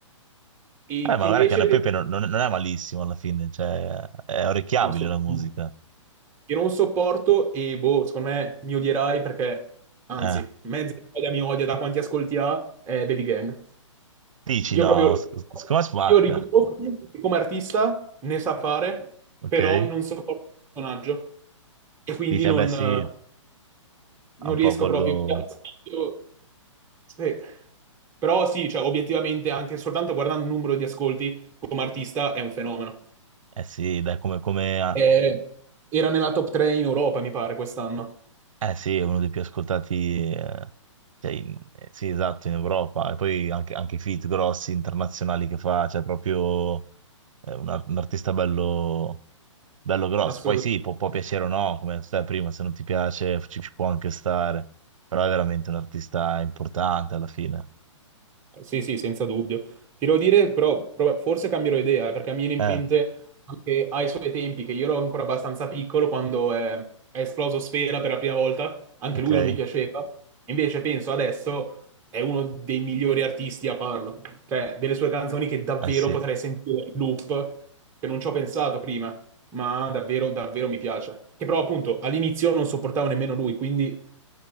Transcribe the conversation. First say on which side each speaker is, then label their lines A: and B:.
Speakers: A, on the right (about 15°); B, on the right (about 80°).
A: e
B: ma guarda
A: che invece...
B: che Anna Pepe
A: devo-
B: non, non- non è malissimo alla fine, cioè, è orecchiabile
A: No, assolutamente.
B: la musica.
A: Io non sopporto e boh, secondo me mi odierai perché, anzi,
B: Eh.
A: mezza Italia mi odia da quanti ascolti ha, è Baby Gang.
B: Dici
A: Io
B: no,
A: proprio,
B: s- s- secondo me spacca.
A: io riconosco che come artista ne sa fare,
B: Ok?
A: però non sopporto il personaggio e quindi
B: Dici,
A: non,
B: eh beh sì,
A: non
B: ha un
A: riesco
B: po' quello...
A: proprio. mi dà fastidio. Sì. Però sì, cioè, obiettivamente anche soltanto guardando il numero di ascolti come artista è un fenomeno.
B: Eh sì, dai, come, come
A: Eh, era nella top 3 in Europa, mi pare, quest'anno.
B: Eh sì, è uno dei più ascoltati, eh, cioè, in- eh, sì, esatto, in Europa. E poi anche, anche i feat grossi internazionali che fa, cioè proprio eh, un, ar- un artista bello, bello grosso.
A: Assolutamente.
B: Poi sì, può, può piacere o no, come stai prima, se non ti piace ci, ci può anche stare, però è veramente un artista importante alla fine.
A: Sì, sì, senza dubbio. Ti devo dire, però, pro- forse cambierò idea, eh, perché mi viene
B: Eh,
A: in mente anche ai suoi tempi, che io ero ancora abbastanza piccolo, quando è, è esploso Sfera per la prima volta, anche
B: ok,
A: lui
B: eh
A: non mi piaceva. Invece penso adesso è uno dei migliori artisti a farlo. Cioè, delle sue canzoni che davvero
B: sì,
A: potrei sentire in loop, che non ci ho pensato prima, ma davvero, davvero mi piace. Che però, appunto, all'inizio non sopportavo nemmeno lui, quindi